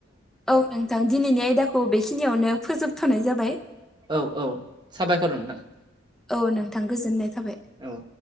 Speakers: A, in the centre; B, on the right (about 25°).
A: औ नोंथां दिनैनि आयदाखौ बेखिनियावनो फोजोबथ'नाय जाबाय
B: औ औ साबायखर नोंथां
A: औ नोंथां गोजोननाय थाबाय
B: औ